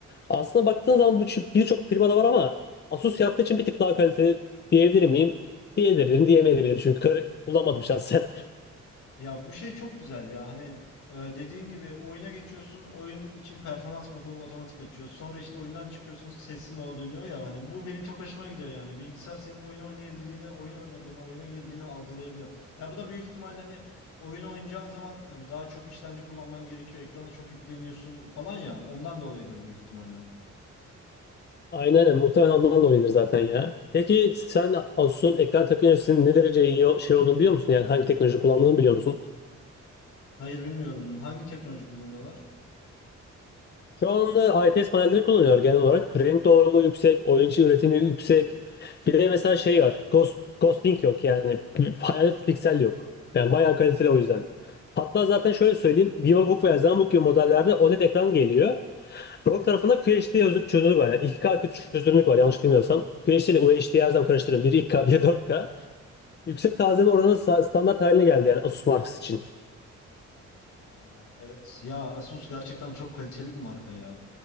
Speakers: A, on the left; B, on the left.
A: Aslında baktığın zaman bu çi- birçok firmada var ama Asus yaptığı için bir tık daha kaliteli diyebilir miyim? Diyebilirim, diyemeyebilirim çünkü kar- kullanmadım şahsen.
B: Ya bu şey çok güzel ya hani e, dediğin gibi oyuna geçiyorsun oyun için performans modunu otomatik açıyor sonra işte oyundan çıkıyorsun sessiz moda dönüyor ya hani bu benim çok hoşuma gidiyor yani bilgisayar senin oyunu oynayabildiğini oyun oynadığını oyuna girdiğini algılayabiliyor. Ya bu da büyük ihtimalle hani oyun oynayacağın zaman hani daha çok işlemci kullanman gerekiyor ekrana çok yükleniyorsun falan ya ondan dolayıdır büyük ihtimalle.
A: Aynen öyle. Muhtemelen ondan dolayıdır zaten ya. Peki sen Asus'un ekran teknolojisinin ne derece iyi şey olduğunu biliyor musun? Yani hangi teknoloji kullandığını biliyor musun?
B: Hayır bilmiyorum hangi teknoloji kullanıyorlar?
A: Şu anda IPS panelleri kullanıyor genel olarak. Renk doğruluğu yüksek, oyuncu üretimi yüksek. Bir de mesela şey var. Ghost, ghosting yok yani. Hayalet piksel yok. Yani bayağı kaliteli o yüzden. Hatta zaten şöyle söyleyeyim. Vivobook veya Zenbook gibi modellerde OLED ekran geliyor. ROG tarafında QHD özür- çözünürlük var. Yani 2K çözünürlük var yanlış bilmiyorsam. QHD ile UHD'yi her zaman karıştırıyorum. Biri 2K, biri 4K. Yüksek tazeme oranı sa- standart haline geldi yani Asus Marks için.
B: Aa, evet ya Asus gerçekten çok kaliteli bir marka ya.